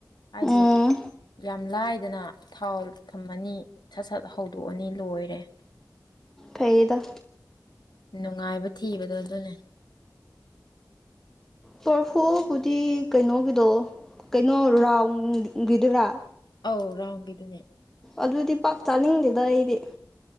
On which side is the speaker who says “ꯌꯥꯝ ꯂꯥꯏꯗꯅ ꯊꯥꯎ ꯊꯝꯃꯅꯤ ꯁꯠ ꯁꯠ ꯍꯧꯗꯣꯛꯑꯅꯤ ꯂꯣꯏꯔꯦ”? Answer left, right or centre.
Left